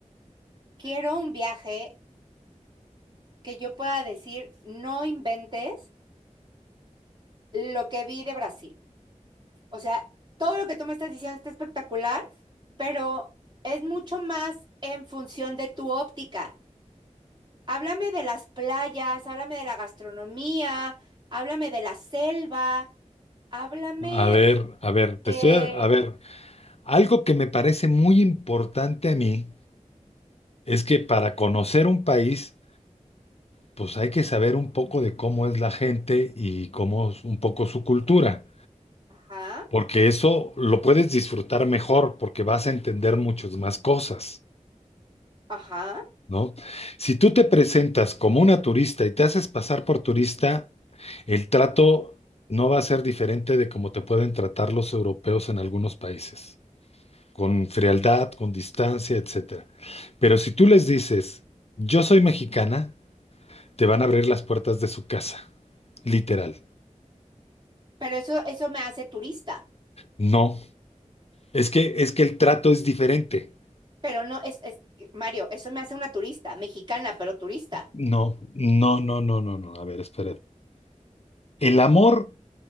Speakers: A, on the right (about 35°); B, on the left (about 50°).
A: Quiero un viaje que yo pueda decir, no inventes lo que vi de Brasil. O sea, todo lo que tú me estás diciendo está espectacular, pero es mucho más en función de tu óptica. Háblame de las playas, háblame de la gastronomía, háblame de la selva, háblame
B: A ver, a ver, te
A: de...
B: estoy, a ver, algo que me parece muy importante a mí es que para conocer un país, pues hay que saber un poco de cómo es la gente y cómo es un poco su cultura,
A: Ajá,
B: porque eso lo puedes disfrutar mejor porque vas a entender muchas más cosas,
A: ajá.
B: ¿no? Si tú te presentas como una turista y te haces pasar por turista, el trato no va a ser diferente de cómo te pueden tratar los europeos en algunos países, con frialdad, con distancia, etcétera. Pero si tú les dices, yo soy mexicana, te van a abrir las puertas de su casa, literal.
A: Pero eso, eso me hace turista.
B: No, es que, es que el trato es diferente.
A: Pero no, es, es, Mario, eso me hace una turista, mexicana, pero turista.
B: No, no, no, no, no, no. A ver, espera. El amor